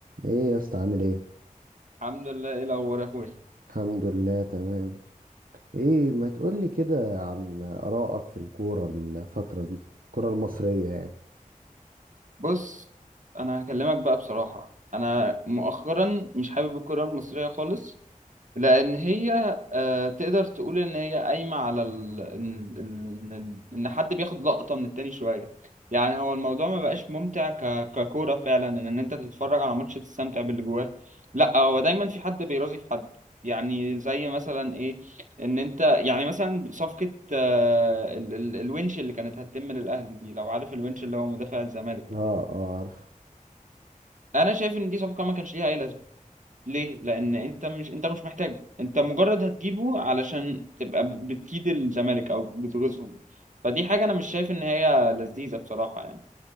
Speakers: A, on the right; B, on the right.
A: ايه يا اسطى عامل ايه
B: الحمد لله ايه الاخبار يا اخويا
A: الحمد لله تمام ايه ما تقولي كده عن آرائك في الكورة الفترة دي الكورة المصرية يعني
B: بص انا هكلمك بقى بصراحه انا مؤخرا مش حابب الكره المصريه خالص لأن هي آه، تقدر تقول إن هي قايمة على ال... إن إن- إن- إن حد بياخد لقطة من التاني شوية يعني هو الموضوع ما بقاش ممتع ك... ككورة فعلا إن إن أنت تتفرج على ماتش تستمتع باللي جواه لا هو دايما في حد بيرازي في حد يعني زي مثلا إيه إن أنت يعني مثلا صفقة آه، ال... ال... الونش اللي كانت هتتم للأهلي دي لو عارف الونش اللي هو مدافع الزمالك
A: اه اه عارف
B: أنا شايف إن دي صفقة ما كانش ليها أي لازمة ليه لان انت مش انت مش محتاجه انت مجرد هتجيبه علشان تبقى ب- بتكيد الزمالك او بتغيظهم فدي حاجه انا مش شايف ان هي لذيذه بصراحه يعني